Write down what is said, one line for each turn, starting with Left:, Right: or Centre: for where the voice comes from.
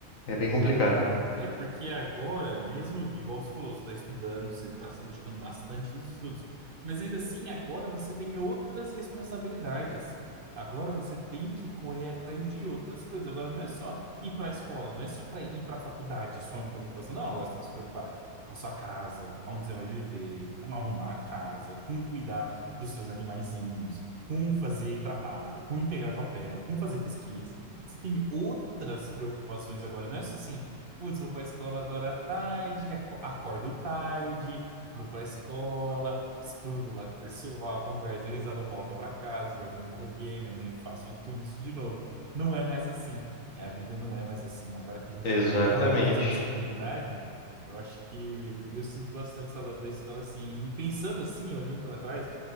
Left: É bem complicado.
Right: É, É, porque agora, mesmo, igual você falou, você está estudando, você está se dedicando bastante nos estudos, mas ainda assim, agora você tem outras responsabilidades. Agora você tem que correr atrás de outras coisas. Agora não é só ir para a escola, não é só para ir para a faculdade, a sua única preocupação. Não, agora você tem que se preocupar com a sua casa, onde você vai viver, com arrumar a casa, com cuidar dos seus animaizinhos, com fazer trabalho, com integrar papel, com fazer pesquisa. Você tem outras preocupações agora, não é só assim. Putz, vou pra escola agora à tarde, aco- acordo tarde, vou pra escola, estudo lá com o pessoal, converso, dou risada, volto pra casa, jogo um videogame, amanhã eu faço de tudo isso de novo. Não é mais assim. É, A vida não é mais assim. Agora que a gente
Left: Exatamente.
Right: tem tanta responsabilidade, eu acho que eu sinto bastante saudade da escola assim. E pensando assim, olhando para trás,